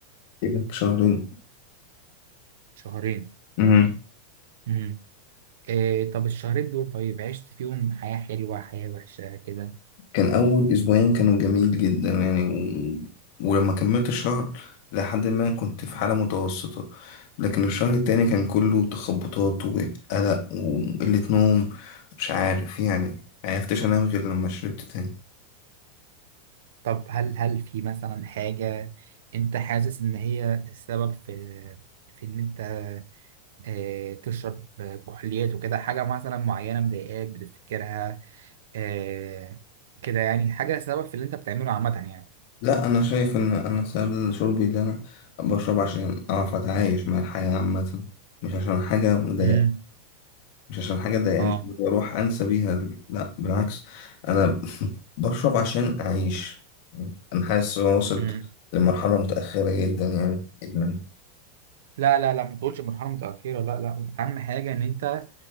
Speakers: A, on the left; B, on the right.
A: بقالك شهرين
B: شهرين
A: امم
B: امم آه طب الشهرين دول طيب عشت فيهم حياه حلوه حياه وحشه كده
A: كان أول أسبوعين كانوا جميل جدا يعني و... ولما كملت الشهر لحد ما كنت في حالة متوسطة لكن الشهر التاني كان كله تخبطات وقلق وقلة نوم مش عارف يعني معرفتش أنام غير لما شربت تاني
B: طب هل هل في مثلا حاجه انت حاسس ان هي السبب في في ان انت آه تشرب كحوليات وكده حاجه مثلا معينه مضايقاك بتفتكرها آه كده يعني حاجه سبب في اللي انت بتعمله عامه يعني
A: لا انا شايف ان انا سبب شربي اللي انا بشرب عشان اعرف اتعايش مع الحياة عامة مش عشان حاجة مضايق
B: امم
A: مش عشان حاجة ضايقاني
B: اه
A: واروح انسى بيها لا بالعكس انا <laughs> بشرب عشان اعيش انا حاسس ان انا وصلت
B: امم
A: لمرحلة متأخرة جدا يعني ادمان
B: لا لا لا ما تقولش مرحله متاخره لا لا اهم حاجه ان انت